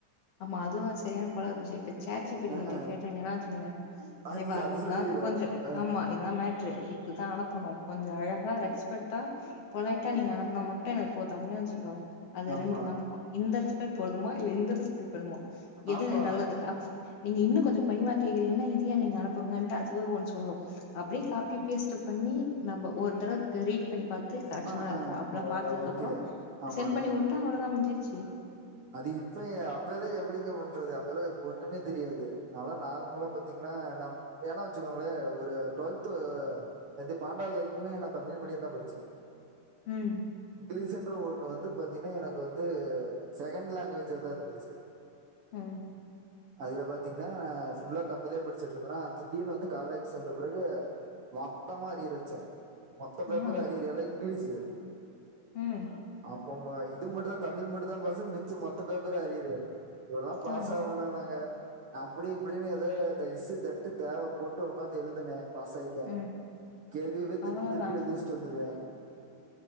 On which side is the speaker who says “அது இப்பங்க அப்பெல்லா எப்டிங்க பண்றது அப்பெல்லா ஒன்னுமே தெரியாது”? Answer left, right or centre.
Right